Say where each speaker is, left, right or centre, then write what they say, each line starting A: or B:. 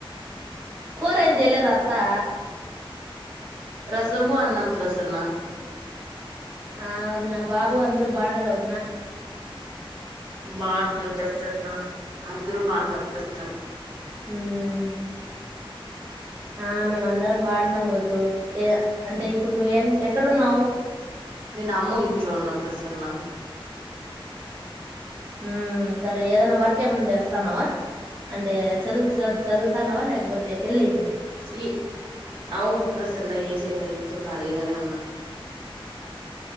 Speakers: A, on the right; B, on the right.
A: కూర ఏం జేయలేదా తా
B: రసము అన్నం ప్రసన్న
A: ఆ వదిన బాబు అందరూ బావుండారా వదినా
B: బాగున్నారు ప్రసన్న అందరు బాగున్నారు స
A: ఉమ్ ఆ మేమ అందరం బాగుడాం గొత్తు ఏ అంటే ఇప్పుడు నువ్వేం ఎక్కడున్నావు
B: నేను అమ్మోళ్ల ఇంట్లో ఉన్నా ప్రసన్న పట్
A: ఉమ్ సరే ఏదన్నా వర్క్ ఏమైనా చేస్తున్నావా అంటే చదువు చదువుతాన్నావా లేకపోతే పెళ్లే
B: ఈ అవును ప్రసన్న ఏం చేయాలే ఇంట్లో ఖాళీగానే ఉ న్నా